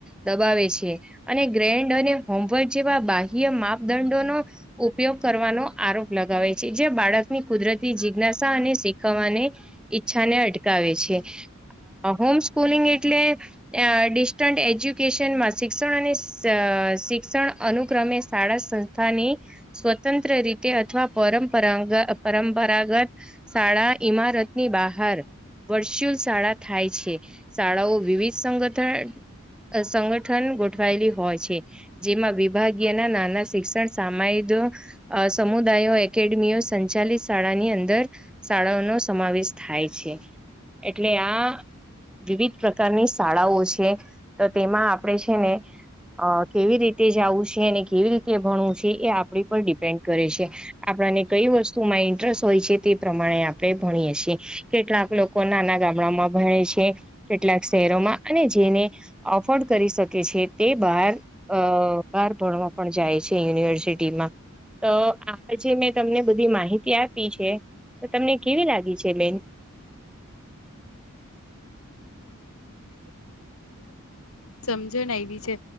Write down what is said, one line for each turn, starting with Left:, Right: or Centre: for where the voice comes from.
Centre: દબાવે છે અને ગ્રેન્ડ અને હોમવર્ક જેવા બાહ્ય માપદંડોનો ઉપયોગ કરવાનો આરોપ લગાવે છે જે બાળકની કુદરતી જિજ્ઞાસા અને શીખવવાને ઈચ્છાને અટકાવે છે હોમ સ્કૂલિંગ એટલે ડિસ્ટન્ટ એજ્યુકેશનમાં શિક્ષણ અને શિક્ષણ અનુક્રમે શાળા સંસ્થાની સ્વતંત્ર રીતે અથવા પરંપરા પરંપરાગત શાળા ઈમારત ની બહાર વર્ચ્યુઅલ શાળા થાય છે શાળાઓ વિવિધ સંગઠન સંગઠન ગોઠવાયેલી હોય છે જેમાં વિભાગીય ના નાના શિક્ષણ સામાયો અ સમુદાયો એકેડેમીઓ સંચાલિત શાળાની અંદર શાળાઓનોો સમાવેશ થાય છે એટલે આ વિવિધ પ્રકારની શાળાઓ છે તો તેમાં આપણેે છે ને અ કેવી રીતે જવું છે અને કેવી રીતે ભણવું છે એ આપણી પર ડિપેન્ડ કરે છે આપણને કઈ વસ્તુમાં ઇન્ટરેસ્ટ હોય છે તે પ્રમાણે આપણે ભણીએ છીએ કેટલાક લોકો નાના ગામડામાં ભણે છે કેટલાક શહેરોમાં અને જેને અફોર્ડ કરી શકે છે તે બાર અ કાર ભણવા પણ જાય છે યુનિવર્સિટીમાં તો આજે મેં તમને બધી માહિતી આપી છે તો તમને કેવી લાગી છે બેન
Left: બહુ સારું થયું છે. તમે જે બધુંીધું મને બ સમજણ આવી છે